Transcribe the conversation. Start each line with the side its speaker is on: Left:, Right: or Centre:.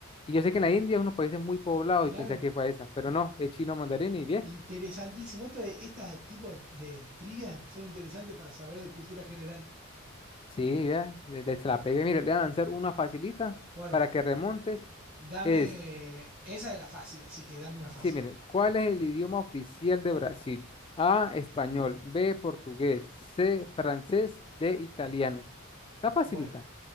Left: Y yo sé que en la India es unos países muy poblados
Right: Claro.
Left: y pensé que fue esa. Pero no, es chino mandarín y bien.
Right: Interesantísimo. Esto de, estas tipos de, de trivias son interesantes para saber de cultura general.
Left: Sí, ya, le- le- se la pegué. Mire, le voy a lanzar una facilita
Right: Bueno,
Left: para que remontes.
Right: dame.
Left: Es
Right: Esa era fácil, así que dame una fácil.
Left: Sí, mire, ¿cuál es el idioma oficial de Brasil? A, español, B, portugués, C, francés, D, italiano. Está facilita.
Right: Bueno,